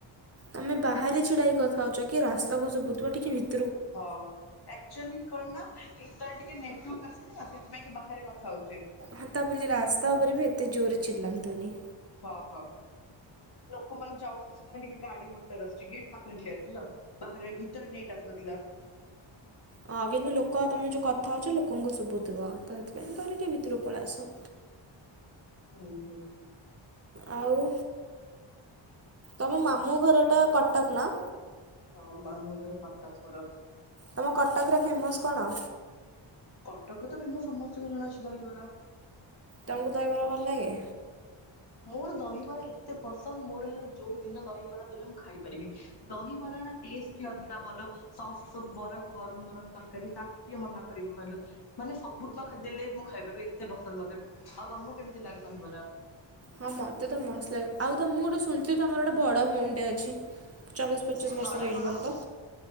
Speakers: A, on the right; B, on the left.
A: ତମେ ବାହାରେ ଛିଡା ହେଇ କଥା ହଉଛ କିଏ ରାସ୍ତାକୁ ଶୁଭୁଥିବା ଟିକେ ଭି
B: ହ। ଆଚୁଆଲି କଣ ନା ଭିତରେ ଟିକେ ନେଟୱାର୍କ ଆସୁନି ନା ସେଥିପାଇଁକି ବାହାରେ କଥା ହେଉଚି।
A: ହଁ ତା ବୋଲି ରାସ୍ତା ଉପରେ ବି ଏତେ ଜୋରେ ଚିଲାନ୍ତୁନି।
B: ହ ହ ଲୋକମାନେ ଯାଉଛନ୍ତି ସେଥିପାଇ ଟିକେ ଗାଡି ମଟର ଆସୁଛି ଗେଟ୍ ପାଖରେ ଠିଆ ହେଇଛି ତ। ବାହାରେ ଭିତରେ ନେଟ ଆସୁନଥିଲା।
A: ହଁ କିନ୍ତୁ ଲୋକ ତମେ ଯୋଉ କଥା ହଉଛ ଲୋକଙ୍କୁ ଶୁଭୁଥିବ ତ ହେଥିପାଇଁ କହିଲି ଟିକେ ଭିତରକୁ ପଳେଇଆସ।
B: ଉଁ ହୁଁ।
A: ଆଉ ତମ ମାମୁଁ ଘରଟା କଟକ ନା?
B: ହ ମାମୁଁ ଘର କଟକ ମୋର।
A: ତମ କଟକର ଫେମସ କଣ?
B: କଟକର ତ ଫେମସ ସମସ୍ତଙ୍କୁ ଜଣା ଅଛି ଦହିବରା।
A: ତମକୁ ଦହିବାର ଭଲ ଲାଗେ?
B: ମୋର ଦହିବରା ଏତେ ପସନ୍ଦ ମୋର ହେଲା ଯୋଉ ଦିନ ଦହିବରା ଦେଲେ ମୁଁ ଖାଇପାରିବି। ଦହିବରା ର ଟେଷ୍ଟ ଅଧିକା ଭଲ। ସଫ୍ଟ ସପ୍ଟ ବରାକୁ ଗରମ ଗରମ ତରକାରୀ ତାକୁ କିଏ ମନା କରିବ କହିଲ? ମାନେ ସବୁଦିନ ଖାଦ୍ୟଲେ ମୁଁ ଖାଇପାରିବି ଏତେ ପସନ୍ଦ ମତେ। ଆଉ ତମକୁ କେମିତି ଲାଗେ ଦହି ବରା?
A: ହଁ ମତେ ତ ମସ୍ତ ଲାଗେ। ଆଉ ତ ମୁଁ ଗୋଟେ ଶୁଣିଥିଲି ତମର ଗୋଟେ ବଡ଼ ଭଉଣିଟେ ଅଛି? ଚବିଶ ପଚିଶ ବର୍ଷ
B: କଣ
A: ହେଇଯିବଣି
B: କଣ
A: ତ?